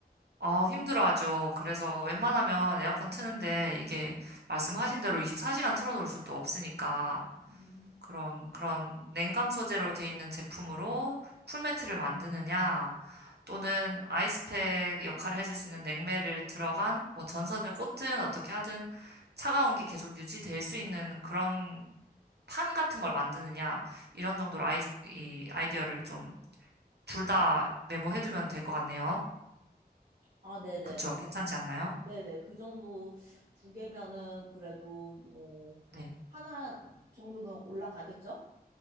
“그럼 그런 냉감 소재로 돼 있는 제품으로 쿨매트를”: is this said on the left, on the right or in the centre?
Right